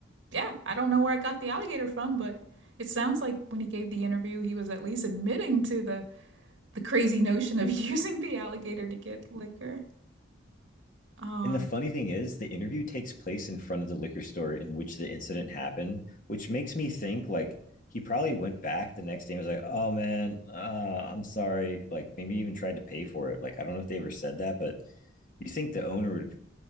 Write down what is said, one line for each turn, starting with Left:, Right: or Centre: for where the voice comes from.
Right: yeah, I don't know where I got the alligator from, but it sounds like when he gave the interview, he was at least admitting to the the crazy notion of <laughs> using the alligator to get liquor. Uh,
Left: And the funny thing is, the interview takes place in front of the liquor store in which the incident happened, which makes me think like he probably went back the next day and was like, "Oh man, uh, I'm sorry." Like maybe even tried to pay for it. Like I don't know if they ever said that, but you think the owner would